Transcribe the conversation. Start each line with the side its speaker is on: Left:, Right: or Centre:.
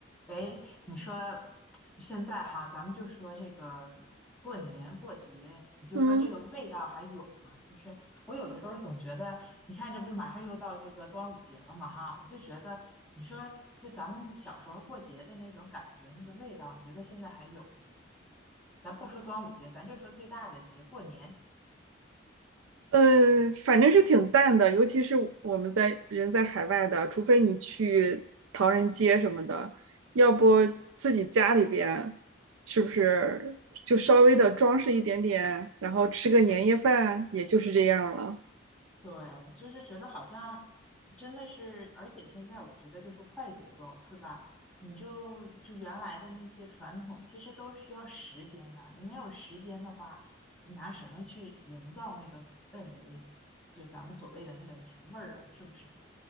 Centre: 哎，你说现在哈，咱们就说这个过年过节，你就说这个味道还有吗？
Right: 嗯，
Centre: 就是我有的时候总觉得，你看这不是马上又到这个端午节了嘛哈，我就觉得，你说就咱们小时候过节的那种感觉，那个味道，你觉得现在还有吗？咱不说端午节，咱就说最大的节，过年。
Right: 呃，反正是挺淡的，尤其是我们在人在海外的，除非你去唐人街什么的，要不自己家里边是不是就稍微的装饰一点点，然后吃个年夜饭，也就是这样了。
Centre: 对，就是觉得好像真的是，而且现在我觉得就是快节奏，是吧？你就就原来的那些传统，其实都是需要时间的。你没有时间的话，你拿什么去营造那个氛围？就咱们所谓的那个年味儿啊，是不是？